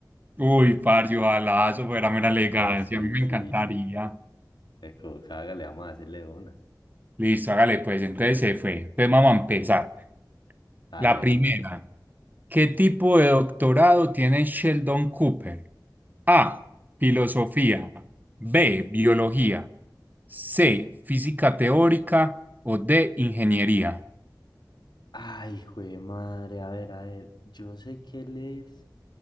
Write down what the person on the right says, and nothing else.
Uy, parce, ojalá eso fuera mera elegancia,
a mí me
encantaría.
Listo, hágale pues, entonces se fue. Entonces vamos a empezar.
La primera,
¿qué tipo de doctorado tiene Sheldon Cooper? A, filosofía, B, biología, C, física teórica o D, ingeniería.